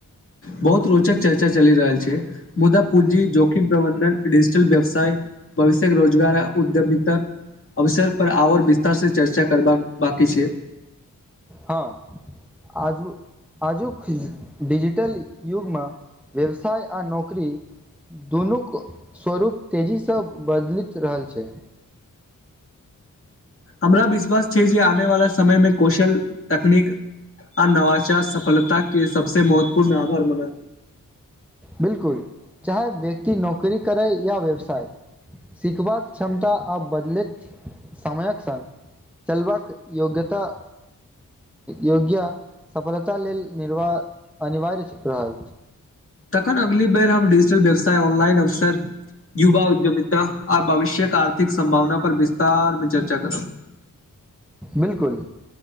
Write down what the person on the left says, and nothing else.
बहुत रोचक चर्चा चलि रहल छै मुदा पूंजी जोखिम प्रबंधन डिजिटल व्यवसाय भविष्यक रोजगार उद्यमीता अवसर पर आओर विस्तार से चर्चा करबाक बाकी छै
हमरा विश्वास छै जे आने वाला समय मे कौशल तकनीक आ नवाचार सफलता के सबसे महत्वपूर्ण आधार बनल
तखन अगली बेर हम डिजिटल व्यवसाय ऑनलाइन अवसर युवा उद्यमितता आ भविष्यक आर्थिक संभावना पर विस्तार में चर्चा करब